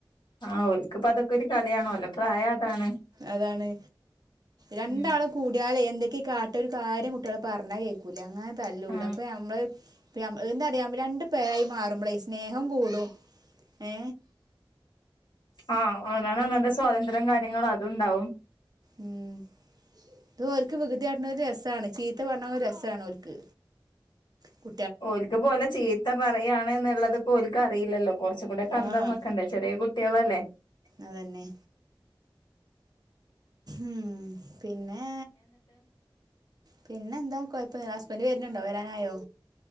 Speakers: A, on the left; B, on the right.
A: ആ ഓൾകിപ്പ അതൊക്കെ ഒരു കളിയാണ്. ഓല്ടെ പ്രായം അതാണ്.
B: അതാണ്. രണ്ടാള്
A: ഉം
B: കൂടിയാ എന്തൊക്കെയ കാട്ടൊ ഒരു കാര്യം കുട്ടികളെ പറഞ്ഞാ കേക്കൂലേ അങ്ങനെ തല്ലൂട
A: ആ
B: അപ്പൊ നഞമ്മള് എന്താറിയാവോ രണ്ടു പേരായി മാറുമ്പളെ സ്നേഹം കൂടും. ഏ?
A: ആ അവനോന് അവനോന്റെ സ്വാതന്ത്ര്യം കാര്യങ്ങളും അതുണ്ടാവും.
B: ഉം. ഇത് ഓക്ക് വികൃതി കാട്ടെണെഒരു രസമാണ്. ചീത്ത പറഞ്ഞ ഒരു രസമാണ് ഓക്ക്. കു...
A: ഓലക്ക് പോലെ ചീത്ത പറയാണ് എന്നുള്ളത് ഇപ്പോ ഓക്ക് അറിയില്ലല്ലോ. കൊറച്ചും കൂടെ ഒക്കെ അന്തം
B: ആഹ്
A: വെക്കണ്ടേ ചെറിയ കുട്ടികളല്ലേ?
B: അതന്നെ. ഉം. പിന്നെ? പിന്നെ എന്താ കൊഴപ്പം. ഹസ്ബൻഡ് വരുന്നുണ്ടോ? വരാനായോ?